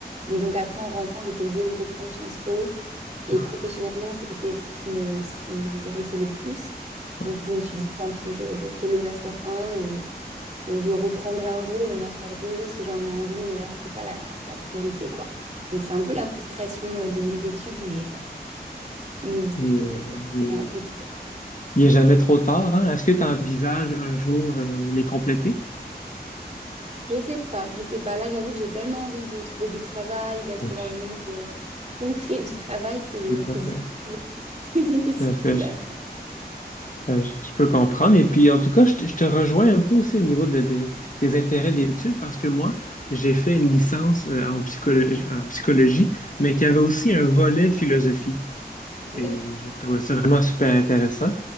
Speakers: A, on the right; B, on the left.
A: Mais donc après, en rentrant, j'étais obligée de reprendre Sciences Po. Et
B: Ah,
A: professionnellement, c'était ce qui me, ce qui m'intéressait le plus.
B: ouais.
A: Donc, je me suis dit, tant pis, je, je fais le Master 1 et, et je reprendrai un jour le Master 2 si j'en ai envie. Mais là, c'était pas la, la priorité, quoi. Donc, c'est un peu la frustration euh, de mes études. Mais, euh, mais oui, c'était
B: Il est,
A: c'était
B: il est-
A: un peu trop.
B: il est jamais trop tard, hein? Est-ce que tu envisages un jour euh, les compléter?
A: Je sais pas, je sais pas. Là, j'avoue que j'ai tellement envie de trouver du travail, d'être
B: Oui,
A: dans le monde euh, concret du travail que
B: tout
A: c'est
B: à fait.
A: difficile. <laughs> C'est difficile
B: Tout à fait.
A: à...
B: Euh, je je peux comprendre. Et puis, en tout cas, je te, je te rejoins un peu aussi au niveau de- de- des intérêts d'études parce que moi, j'ai fait une licence euh, en psychologie, en psychologie, mais qui avait aussi un volet philosophie.
A: D'accord.
B: Et euh, je trouvais ça vraiment super intéressant.